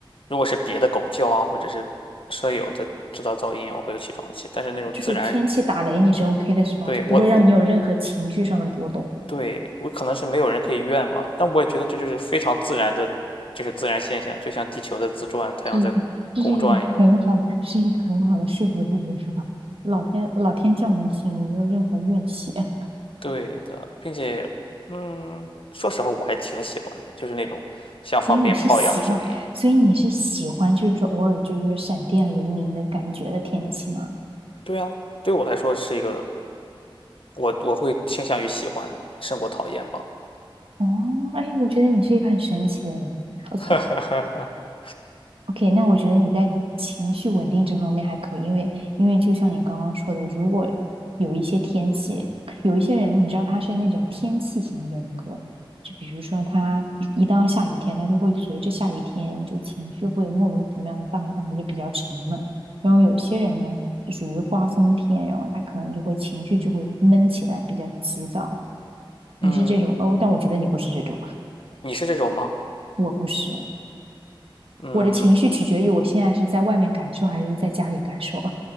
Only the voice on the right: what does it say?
就是天气打雷你是 OK 的是吧？
就不会让你有任何情绪上的波动，
这是一个这是一个很好的，这是一个很好的说服自己的说法。老天老天叫你醒，我没有任何怨气。<laughs>
所以你是喜欢，所以你是喜欢，就是说偶尔就是说闪电雷鸣的感觉的天气吗？
哦，哎，我觉得你是一个很神奇的人。OK，
OK，那我觉得你在情绪稳定这方面还可以，因为因为就像你刚刚说的，如果有一些天气，有一些人，你知道他是那种天气型人格，就比如说他一一到下雨天，他就会随着下雨天就情绪会莫名其妙荡荡的，就比较沉闷。然后有些人呢，就属于刮风天，然后他可能就会情绪就会闷起来，比较急躁。你是这种哦，
但我觉得你不是这种，
我不是。
我的情绪取决于我现在是在外面感受还是在家里感受。